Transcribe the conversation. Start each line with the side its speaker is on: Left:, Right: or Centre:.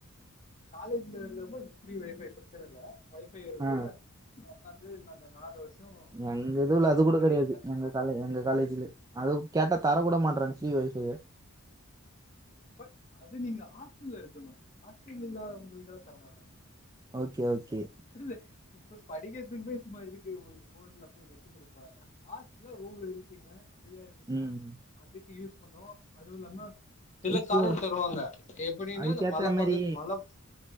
Left: காலேஜ்ல இருக்குறப்ப ஃப்ரீ வைஃபை ப்ரச்சன இல்ல வைஃபை இருக்கனால
Right: ஆ
Left: உக்க்காந்துநாங்க நாலு வருஷோ
Right: எங்க
Left: நெட்டுக்கு
Right: இதுவுல அதுகூட
Left: பிரச்சனையே
Right: கடையாது
Left: இல்ல
Right: எங்க காலே எங்க காலேஜ்ல அது கேட்ட தரகூட மாட்றாங்க ஃப்ரீ ஒய்ஃபைய
Left: பட் அது நீங்க ஹாஸ்டல்ல இருக்கணும் அது நீங்க ஹாஸ்டல்ல இருக்கனு ஹாஸ்டல்ல இல்லாதவங்களுக்குளா தரமாட்டாங்க
Right: ஓகே ஓகே
Left: இல்ல இப்ப படிக்கிறதுக்குமே சும்மா இதுக்கு உங்களுக்கு போன்ல போய் நெட்டு குடுப்பாங்க ஹாஸ்ட ரூம்ல இருப்பீங்க ஃப்ரீயா இருப்பீங்க
Right: ம்
Left: அதுக்கு யூஸ் பண்ணோ அது இல்லாம இல்ல
Right: இப்போ
Left: காலோட் தருவாங்க எப்படின்னா
Right: அதுக்கேத்த
Left: இந்த மலப்பகு
Right: மாரி
Left: மல